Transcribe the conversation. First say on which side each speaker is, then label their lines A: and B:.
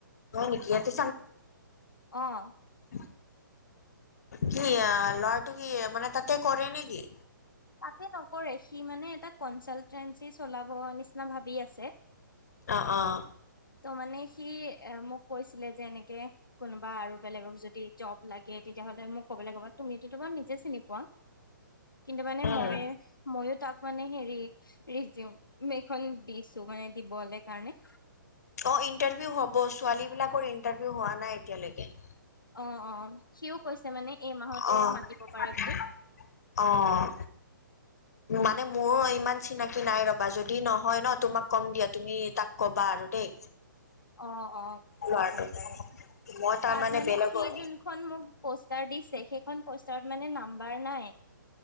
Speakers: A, on the left; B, on the left.
A: হয় নেকি ইয়াতে
B: অ'।
A: উম, কি ল'ৰাটো কি মানে তাতে কৰে নেকি?
B: তাতে নকৰে সি মানে এটা কনচালটেঞ্চি চলাব নিচিনা ভাবি আছে।
A: অঁ-অঁ।
B: ত' মানে সি এ মোক কৈছিলে যেনেকে কোনোবা আৰু বেলেগক যদি জব লাগে তেতিয়াহ'লে মোক ক'বলৈ ক'বা তুমিটো বাৰু নিজে চিনি পোৱা। কিন্তু মানে
A: উম
B: মই ময়ো তাক মানে হেৰি ৰিয্যুম এখন দিছো মানে দিবলে কাৰণে।
A: অঁ ইণ্টাৰভিউ হ'ব ছোৱালী বিলাকৰ ইন্টাৰভিউ হোৱা নাই এতিয়ালৈকে।
B: অ অ সিও কৈছে মানে এই মাহতে
A: অঁ-অঁ।
B: মাতিব পাৰে বুলি
A: মানে মোৰ ইমান চিনাকি নাই ৰ'বা যদি নহয় ন তোমাক কম দিয়া তুমি তাক কবা আৰু দেই।
B: অ-অ' ক'ব
A: ল'ৰাটোক
B: পাৰি বাৰু
A: মই তাৰমানে
B: তাত মানে
A: বেলেগৰ
B: সি যোনখন মোক পষ্টাৰ দিছে সেই খন পষ্টাৰত মানে নাম বাৰ নাই,